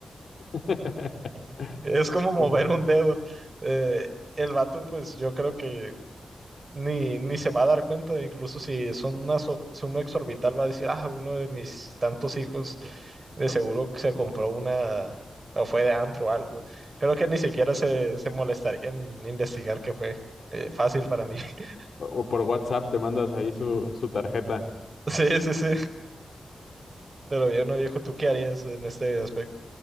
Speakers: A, on the left; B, on the right.
A: <laughs>
B: Es como mover
A: Ujú.
B: un dedo. Eh, el vato, pues yo creo que ni, ni se va a dar cuenta, incluso si son una su- suma exorbital, va a decir, ah, uno de mis tantos hijos de seguro que se compró una o fue de antro o algo. Creo que ni siquiera se, se molestaría en investigar qué fue. Eh, fácil para mí. <laughs>
A: O o por WhatsApp te mandas ahí su, su tarjeta.
B: Sí, sí, sí. Pero yo no, viejo, ¿tú qué harías en este aspecto?